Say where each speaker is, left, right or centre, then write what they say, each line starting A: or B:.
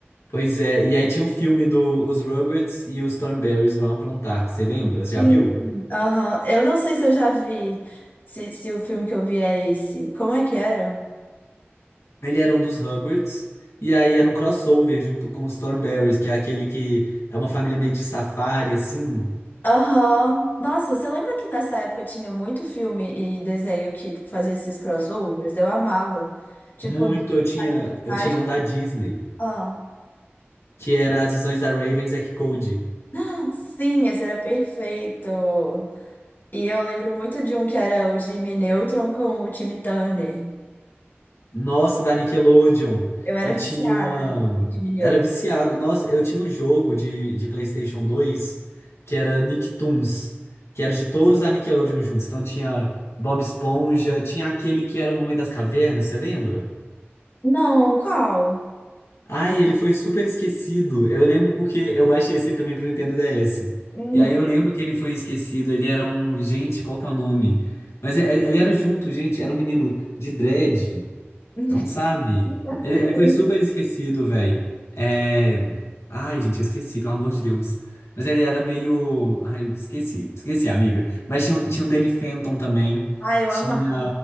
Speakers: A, on the left; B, on the left.
A: Pois é, e aí tinha o filme do Os Rugrats e os Thornberrys Vão Aprontar, você lembra? Você
B: Sim.
A: Já viu?
B: Aham. Eu não sei se eu já vi, se, se o filme que eu vi é esse. Como é que era?
A: Ele era um dos Rugrats, e aí era um crossover junto com os Thornberrys, que é aquele que é uma família meio de safari, assim.
B: Aham. Nossa, você lembra que nessa época tinha muito filme e desenho que tipo, fazia esses crossovers? Eu amava. Tipo,
A: Muito,
B: dos
A: eu tinha,
B: quadrinhos
A: eu
B: mágicos.
A: tinha um da Disney,
B: Ah,
A: que era As Visões da Raven, e Zack Cody.
B: <laughs> sim, esse era perfeito. E eu lembro muito de um que era o Jimmy Neutron com o Timmy Turner.
A: Nossa, da Nickelodeon.
B: Eu era
A: E
B: viciada
A: tinha.
B: em Jimmy Neutron.
A: Era viciado. Nossa, eu tinha um jogo de, de PlayStation 2 que era Nicktoons, que era de todos da Nickelodeon juntos. Então tinha Bob Esponja, tinha aquele que era o Homem das Cavernas, você lembra?
B: Não, qual?
A: Ai, ele foi super esquecido. Eu lembro porque eu baixei esse também pro Nintendo DS.
B: Uhum.
A: E aí eu lembro que ele foi esquecido. Ele era um. Gente, qual que é o nome? Mas ele, ele era junto, gente. Era um menino de dread.
B: <laughs>
A: Não sabe?
B: Não faço
A: Ele,
B: ideia.
A: ele foi super esquecido, velho. É. Ai, gente, eu esqueci, pelo amor de Deus. Mas ele era meio. Ai, esqueci. Esqueci, amiga. Mas tinha, o- tinha o Danny Phantom também.
B: Ah, eu
A: Tinha.
B: amava.